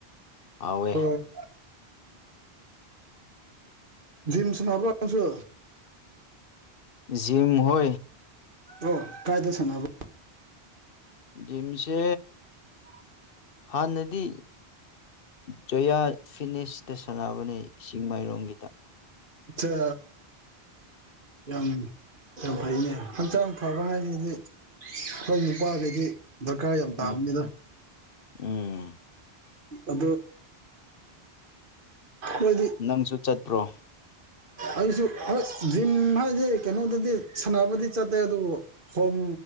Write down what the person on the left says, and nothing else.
ꯑꯋꯦ
ꯖꯤꯝ ꯍ
ꯖꯤꯝꯁꯦ
ꯍꯥꯟꯅꯗꯤ ꯖꯣꯌꯥ ꯐꯤꯅꯤꯁꯇ ꯁꯥꯟꯅꯕꯅꯦ ꯏꯁꯤꯡ ꯃꯥꯏꯔꯣꯡꯒꯤꯗ
ꯎꯝ ꯎꯝ
ꯅꯪꯁꯨ ꯆꯠꯄ꯭ꯔꯣ